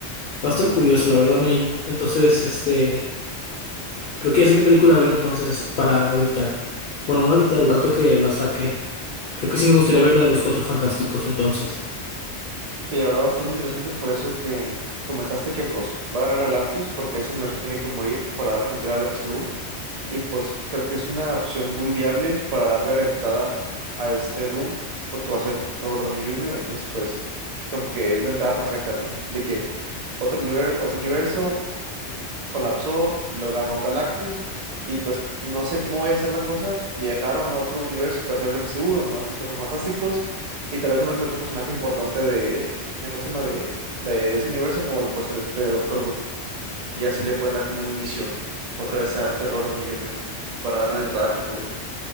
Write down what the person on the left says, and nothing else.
Va a estar curioso, la verdad me, entonces, este, creo que ya sé qué película ver entonces para ahorita. Bueno, bueno, ahorita, al rato que la saquen. Creo que sí me gustaría ver la de los Cuatro Fantásticos entonces.